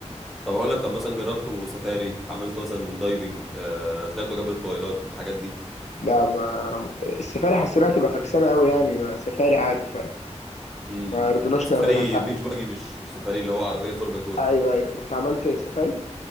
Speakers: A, in the centre; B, on the left (about 75°).
A: طب هقول لك طب مثلا جربتوا سفاري عملتوا مثلا دايفنج آه، طلعتوا جبل الطويلات الحاجات دي
B: لا ما السفاري حسيناها تبقى فكسانه قوي يعني ما سفاري عادي فاهم
A: امم
B: ما رضيناش
A: سفاري
B: نعملها انت
A: بيتش باجي مش مش سفاري اللي هو عربيه 4 باي 4
B: ايوه ايوه انت عملت سفاري